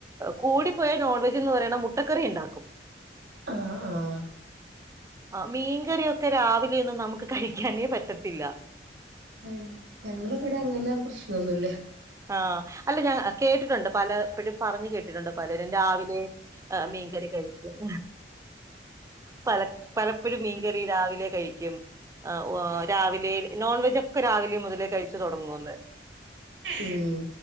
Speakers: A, on the right; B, on the right.
A: കൂടി പോയ നോൺവെജ് എന്ന് പറയണ മുട്ടക്കറി ഉണ്ടാക്കും
B: ആഹ് ആഹ് ആഹ്
A: ആഹ് മീൻകറിയൊക്കെ രാവിലെയൊന്നും നമുക്ക് കഴിക്കാനേ പറ്റത്തില്ല
B: ഉം ഞങ്ങള് ഇവിടെ അങ്ങനെ പ്രശ്നൊന്നുല്ല
A: ആഹ് അല്ല ഞാൻ കേട്ടിട്ടുണ്ട് പലപ്പഴും പറഞ്ഞു കേട്ടിട്ടുണ്ട് പലരും രാവിലെ ആഹ് മീൻകറി കഴിക്കും പല പലപ്പഴും മീൻകറി രാവിലെ കഴിക്കും ആ രാവിലെ നോൺവെജ് ഒക്കെ രാവിലെ മുതലേ കഴിച്ചു തുടങ്ങൂന്ന്
B: ഉം